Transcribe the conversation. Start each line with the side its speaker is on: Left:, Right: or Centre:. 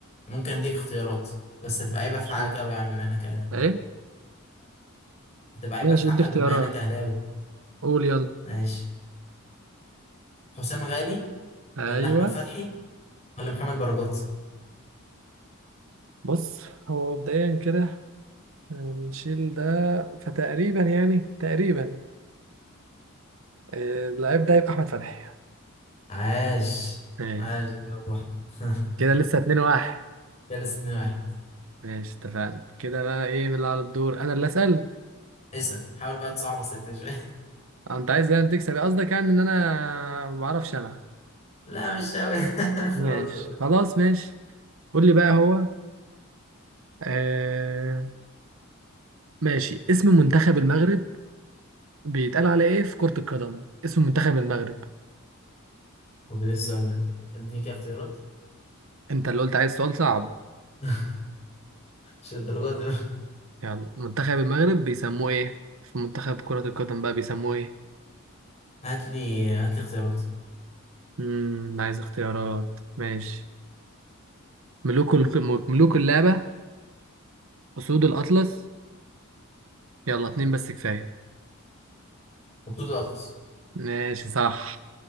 Left: ممكن أديك اختيارات بس هتبقى عيبة
Right: ماشي.
Left: في حقك أوي يعني بما إنك أهلاوي
Right: إيه
Left: هتبقى عيبة
Right: ماشي
Left: في حقك
Right: ادي اختيارات
Left: بما إنك أهلاوي
Right: قول يلا
Left: ماشي حسام غالي
Right: ايوه
Left: ولا احمد فتحي ولا محمد بركات
Right: بص هو مبدئيا كده نشيل ده فتقريبا يعني تقريبا آه، اللعيب ده يبقى احمد فتحي
Left: عاش
Right: ماشي
Left: عاش يا صح <laughs>
Right: كده لسه اتنين واحد
Left: جلس 2 واحد
Right: ماشي اتفقنا كده بقى ايه من اللي على الدور انا اللي اسال
Left: اسأل حاول بقى تصعب اسئلتك شوية
Right: آه، انت عايز يعني تكسب قصدك يعني ان انا ما بعرفش العب
Left: <laughs> لا مش قوي <laughs>
Right: ماشي
Left: بهزر
Right: خلاص ماشي قول لي بقى هو آه... ماشي اسم منتخب المغرب بيتقال على ايه في كرة القدم اسم منتخب المغرب
Left: طب ايه السؤال ده اديني كده اختيارات
Right: انت اللي قلت عايز سؤال صعب
Left: <laughs> مش الدرجات دي
Right: يلا منتخب المغرب بيسموه ايه في منتخب كرة القدم بقى بيسموه ايه
Left: هات لي هات لي اختيارات
Right: امم عايز اختيارات ماشي ملوك ال... ملوك اللعبة أسود الأطلس يلا اتنين بس كفاية
Left: مبسوط الاطلس
Right: ماشي صح